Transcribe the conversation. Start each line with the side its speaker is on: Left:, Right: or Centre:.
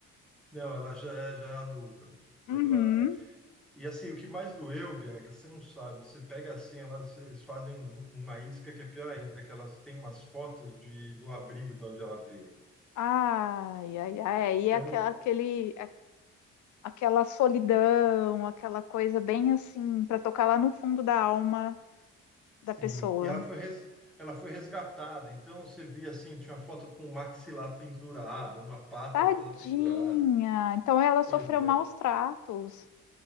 Centre: Não, ela já é, já é adulta. tipo,
Left: Uhum.
Centre: ela é- E assim, o que mais doeu, Bianca, você não sabe. Você pega assim, elas, eles fazem um- uma isca que é pior ainda, que elas têm umas fotos de, do abrigo de onde ela veio.
Left: Ai, ai, ai. Aí
Centre: Então,
Left: é aquela- aquele, aquele aquela solidão, aquela coisa bem assim, para tocar lá no fundo da alma da
Centre: Sim,
Left: pessoa.
Centre: e ela foi, res- ela foi resgatada. Então você via assim, tinha uma foto com o maxilar pendurado, uma pata
Left: Tadinha!
Centre: toda pendurada.
Left: Então ela sofreu
Centre: Pois é,
Left: maus tratos.